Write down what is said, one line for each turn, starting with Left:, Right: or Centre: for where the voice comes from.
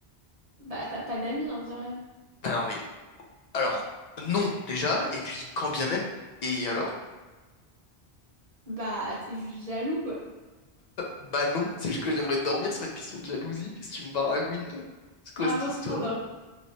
Right: Bah, t'as pas d'amis, on dirait.
Left: Bah non, mais alors, non, déjà, et puis quand bien même, et alors?
Right: Bah, t'es juste jaloux, quoi.
Left: Bah non, c'est juste que j'aimerais dormir, c'est pas une question de jalousie, qu'est-ce que tu me baragouines? là C'est quoi
Right: À
Left: cette
Right: 23h,
Left: histoire-là?